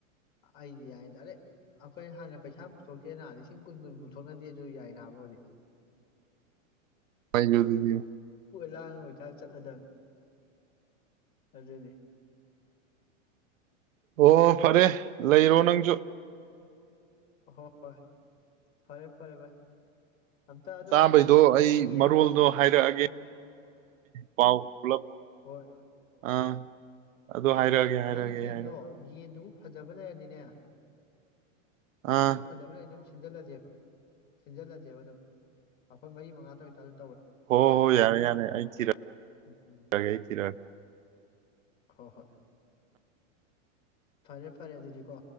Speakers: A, on the left (about 25°); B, on the right (about 80°).
A: ꯑꯩꯗꯤ ꯍꯥꯏ ꯗꯥꯏꯔꯦꯛ ꯑꯩꯈꯣꯏ ꯍꯥꯟꯅ ꯄꯩꯁꯥ ꯄꯨꯊꯣꯛꯇꯦꯅ ꯂꯤꯁꯤꯡ ꯀꯨꯟ ꯀꯨꯟꯃꯨꯛ ꯊꯣꯛꯅꯖꯦꯖꯨ ꯌꯥꯏ ꯅꯥꯕꯗꯤ
B: ꯑꯩꯁꯨ ꯗꯨꯁꯨ
A: ꯂꯥꯡꯉꯒ ꯑꯣꯏꯇꯥ ꯆꯠꯅꯗꯕꯅꯤ ꯑꯗꯨꯅꯤ
B: ꯑꯣ ꯐꯔꯦ ꯂꯩꯔꯣ ꯅꯪꯁꯨ
A: ꯍ ꯍꯣꯏ ꯐꯔꯦ ꯐꯔꯦ ꯚꯥꯏ ꯑꯝꯇ ꯑꯗꯣ
B: ꯆꯥꯕꯩꯗꯣ
A: ꯀꯩꯅꯣꯗꯣ
B: ꯑꯩ
A: ꯌꯦꯟꯗꯣ
B: ꯃꯔꯣꯜꯗꯣ ꯍꯥꯏꯔꯛꯑꯒꯦ
A: ꯎꯝ
B: ꯄꯥꯎ ꯄꯨꯂꯞ
A: ꯍꯣꯏ
B: ꯑꯥ ꯑꯗꯨ
A: ꯍꯣꯏ
B: ꯍꯥꯏꯔꯛꯑꯒꯦ ꯍꯥꯏꯔꯛꯑꯒꯦ
A: ꯅꯪ ꯌꯦꯟꯗꯣ
B: ꯍꯥꯏꯔꯛꯑꯒꯦ
A: ꯌꯦꯟꯗꯨꯕꯨ ꯐꯖꯕ ꯂꯩꯔꯗꯤꯅꯦ
B: ꯑꯥ
A: ꯌꯦꯟꯗ ꯨꯃꯨꯛ ꯐꯖꯕ ꯁꯤꯟꯖꯜꯂꯁꯦꯕ ꯁꯤꯟꯖꯜꯂꯁꯦꯕ ꯑꯗꯨꯝ ꯑꯩꯈꯣꯏ ꯃꯔꯤ ꯃꯉꯥꯗ ꯑꯣꯏꯇꯥꯔ
B: ꯍꯣ ꯍꯣ ꯌꯥꯔꯦ ꯌꯥꯔꯦ ꯑꯩꯩꯅ ꯊꯤꯔꯛꯒꯦ
A: ꯎꯝ ꯎꯝ
B: ꯑꯩ ꯊꯤꯔꯛꯒꯦ
A: ꯍꯣꯏ ꯍꯣꯏ ꯐꯔꯦ ꯐꯔꯦ ꯑꯗꯨꯗꯤ ꯀꯣ